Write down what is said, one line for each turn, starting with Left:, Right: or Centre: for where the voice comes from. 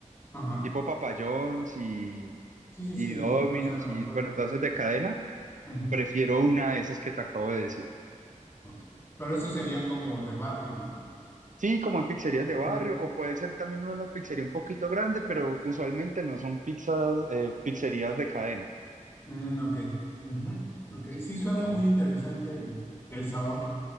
Left: ajá.
Right: tipo Papa John's y
Left: Sí, sí,
Right: y
Left: sí,
Right: Domino's
Left: no sé, a lo
Right: y
Left: mejor.
Right: bueno, todas esas de cadena,
Left: Ujú,
Right: prefiero una de esas que te acabo de decir.
Left: ok. Pero eso sería como de barrio, ¿no?
Right: Sí, como en pizzerías de barrio,
Left: Mm,
Right: o puede ser también una pizzería un poquito grande, pero usualmente no son pizzas, eh, pizzerías de cadena.
Left: mm, ok. Ujú, ok.
Right: Sí.
Left: Sí, suena muy interesante el, el sabor.